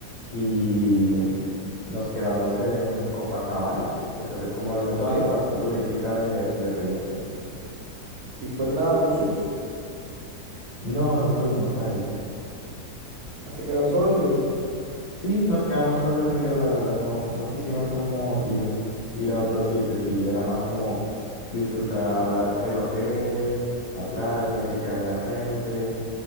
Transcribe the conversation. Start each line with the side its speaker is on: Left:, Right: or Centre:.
Left: y
Right: Bueno,
Left: nos quedamos en Copacabana, que pues es como la- toda
Right: sí,
Left: la parte turística de, de Río, sí.
Right: y fueron a Bucios,
Left: No, no fuimos ahí.
Right: se quedaron solo en Río,
Left: Sí, nos quedamos solo en Río, la verdad, no, no quisimos como ir, mm, ir a otros sitios y era más como disfrutar el hotel, la playa que queda ahí al frente.